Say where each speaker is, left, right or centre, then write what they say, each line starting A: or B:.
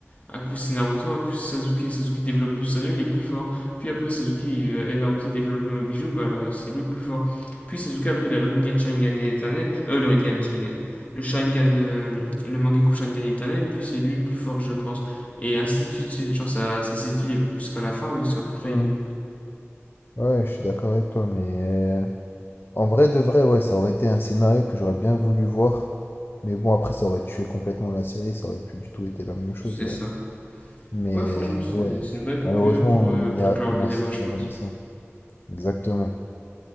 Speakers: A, on the left; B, on the left.
A: Un coup, c'est Naruto, un coup, c'est Sasuke. Sasuke développe le Susanoo, il est plus fort. Puis après, Sasuke il- euh, et Naruto développent le Mobiju, bah alors, c'est lui le plus fort. Puis Sasuke, après, il a le Rinnegan Sharingan éternel. Euh, le Rinnegan Sharingan. Le Sharingan, euh, le Mangekyou Sharingan éternel, puis c'est lui le plus fort, je pense. Et ainsi de suite, tu sais, genre, ça, ça s'équilibre jusqu'à la fin où ils sont à peu près
B: Hmm.
A: égaux.
B: Ouais, je suis d'accord avec toi, mais euh, en vrai de vrai, ouais, ça aurait été un scénario que j'aurais bien voulu voir. Mais bon, après, ça aurait tué complètement la série, ça aurait plus du tout été la même chose.
A: C'est
B: euh.
A: ça.
B: Mais,
A: Ouais, franchement, c'est
B: mais ouais,
A: c'est une bonne conclusion
B: malheureusement,
A: pour, euh,
B: on n'y
A: pour
B: a-
A: clore
B: on
A: le
B: n'assistera
A: débat, je pense.
B: jamais à ça. Exactement.